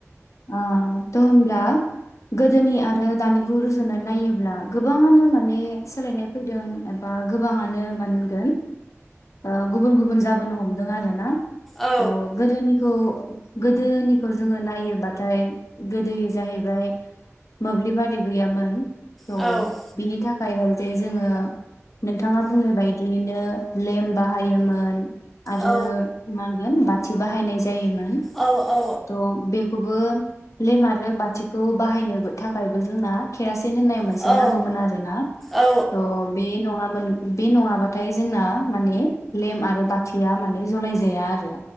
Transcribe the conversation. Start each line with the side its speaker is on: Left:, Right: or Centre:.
Left: अ त' होमब्ला गोदोनि आरो दानिखौ रुजुनानै नायोब्ला गोबाङानो माने सोलायनाय फैदों एबा गोबाङानो मा होनगोन ओ गुबुन गुबुन जाहोनो हम दों आरो ना
Centre: औ
Left: त' गोदोनि खौ गोदोनिखौ जोङो नायोबाथाय गोदोयो जाहैबाय मोब्लिबारि गैयामोन थ'
Centre: औ
Left: बिनि थाखायहाय जाय जोङो नोंथाङा बुंनाय बायदियैनो लेम्प बाहायोमोन आरो
Centre: औ
Left: माहोनगोन बाथि बाहायनाय जायोमोन।
Centre: औ औ
Left: थ' बेखौबो लेम आरो बाथिखौ बाहायनो थाखायबो जोंना केरासिन होननाय मोनसे
Centre: औ
Left: नांगौमोन आरोना
Centre: औ
Left: थह बे नङामोन बे नङाबाथाय जोंना माने लेम आरो बाथिया माने जलायजाया आरो